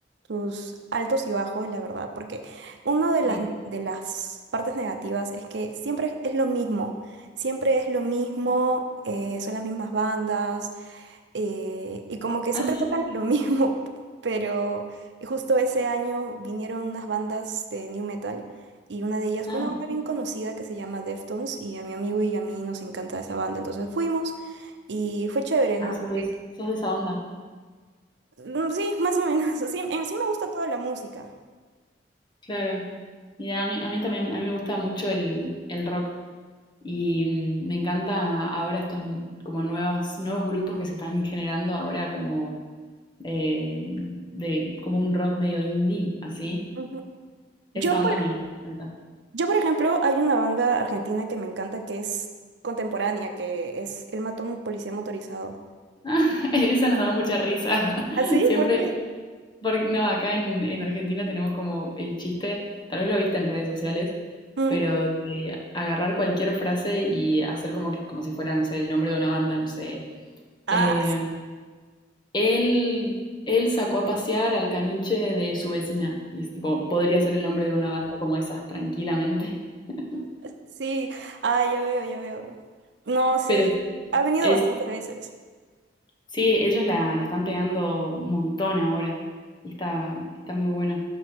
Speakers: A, on the right (about 70°); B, on the left (about 25°).
A: sus altos y bajos, la verdad, porque una de
B: sí.
A: las, de las partes negativas es que siempre es lo mismo, siempre es lo mismo, eh, son las mismas bandas, eh, y como que siempre
B: Ah, sí.
A: tocan lo mismo, <laughs> pero justo ese año vinieron unas bandas de new metal y una de ellas
B: Ah,
A: fue una banda bien conocida que se llama Deftones y a mi amigo y a mí nos encanta esa banda, entonces fuimos y fue chévere,
B: ah,
A: ¿no?
B: sos
A: Porque,
B: de, sos de esa onda.
A: mm, sí, más o menos, <laughs> sí, en sí me gusta toda la música.
B: Claro. Mira, a mí, a mí también, a mí me gusta mucho el, el rock y mm, me encanta ahora estos n- como nuevas, nuevos grupos que se están generando ahora como eh, de como un rock medio indie, así.
A: Ujú. Yo
B: Esa
A: por,
B: onda me encanta.
A: yo, por ejemplo, hay una banda argentina que me encanta que es contemporánea, que es El Matón Policía Motorizado.
B: <laughs> Esa nos da mucha risa. <laughs>
A: ¿Ah, sí?
B: Siempre,
A: ¿Por qué?
B: porque, no, acá en, en Argentina tenemos como el chiste, tal vez lo viste en redes sociales,
A: Ujú.
B: pero de agarrar cualquier frase y hacer como que, como si fuera, no sé, el nombre de una banda, no sé.
A: Ah,
B: eh, Él, él sacó a pasear al caniche de su vecina. Y es tipo, podría ser el nombre de una banda como esas, tranquilamente. <laughs>
A: Sí, ah, ya veo, ya veo. No, sí,
B: Pero
A: ha venido
B: es,
A: bastantes veces.
B: sí, ellos la, la están pegando un montón ahora. Y está, está muy buena.